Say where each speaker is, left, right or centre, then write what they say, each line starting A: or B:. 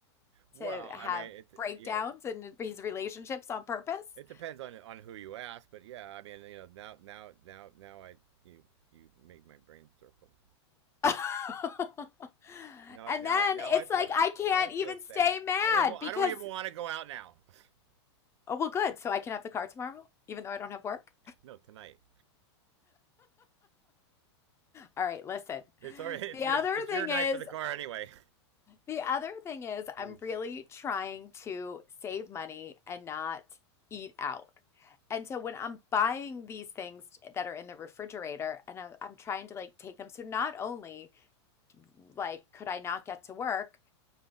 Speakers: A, on the right; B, on the left.
A: Well,
B: to have
A: I mean, it
B: breakdowns
A: you know
B: in his relationships on purpose.
A: it depends on on who you ask, but yeah, I mean, you know, now now now now I you you make my brain circle.
B: <laughs>
A: Now
B: And
A: now
B: then
A: now
B: it's
A: I feel
B: like, I can't
A: now I
B: even
A: feel sad.
B: stay mad
A: I don't even I
B: because,
A: don't even want to go out now. <laughs>
B: oh, well, good. So I can have the car tomorrow, even though I don't have work.
A: No, tonight.
B: All right, listen.
A: It's already it's
B: The
A: your
B: other
A: it's
B: thing
A: your night
B: is,
A: for the car anyway.
B: The other thing is,
A: <laughs>
B: I'm really trying to save money and not eat out. And so when I'm buying these things that are in the refrigerator and I- I'm trying to like take them, so not only like could I not get to work,